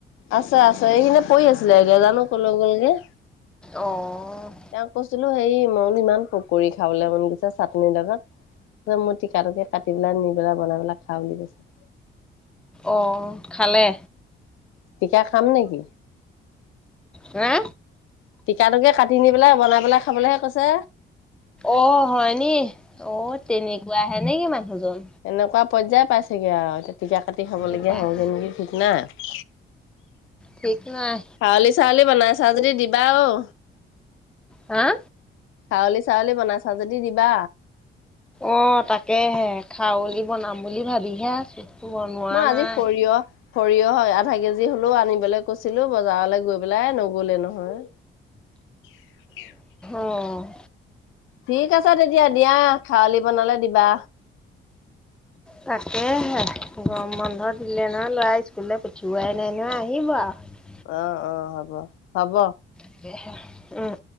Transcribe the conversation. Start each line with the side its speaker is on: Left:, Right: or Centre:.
Left: আছে আছে এইখিনিতে পৰি আছিলে এতিয়া জানো ক'লে গ'লগে।
Centre: অ'।
Left: তেওঁক কৈছিলো হেৰি মই ইমান পকৰি খাবলৈ মন গৈছো চাটনি লগত। তাৰপিছত মোৰ টিকা তোকে কাটি পেলাই নি পেলাই বনাই পেলাই খা বুলি কৈছে।
Centre: অ', খালে?
Left: টিকা খাম নেকি?
Centre: হা?
Left: টিকা তোকে কাটি নি পেলাই বনাই পেলাই খাবলৈহে কৈছে।
Centre: অ', হয় নি অ' তেনেকুৱা হে নেকি মানুহজন।
Left: এনেকুৱা পৰ্যায় পাইছেগে আৰু এতিয়া টিকা কাটি খাবলগীয়া
Centre: উপায়
Left: হ
Centre: নাই
Left: যে নেকি ঠিক নাই।
Centre: ঠিক নাই।
Left: খাৰলি চাৰলি বনাই চা যদি দিবা আৰু।
Centre: হা?
Left: খাৰলি চাৰলি বনাই চা যদি দিবা।
Centre: অ', তাকেহে খাৰলি বনাম বুলি ভাবিহে আছো বনোৱা
Left: মই আজি
Centre: নাই।
Left: সৰিয়হ সৰিয়হ আধা কেজি হ'লেও আনিবলৈ কৈছিলো বজাৰলৈ গৈ পেলাই নগ'লে নহয়। <inaudible>
Centre: অ'।
Left: ঠিক আছে তেতিয়া দিয়া খাৰলি বনালে দিবা।
Centre: তাকেহে গৰম বন্ধ দিলে নহয় ল'ৰা স্কুললৈ পঠিওৱাই নাই নহয় আহিব আৰু।
Left: অ', অ', হ'ব হ'ব।
Centre: তাকেহে উম।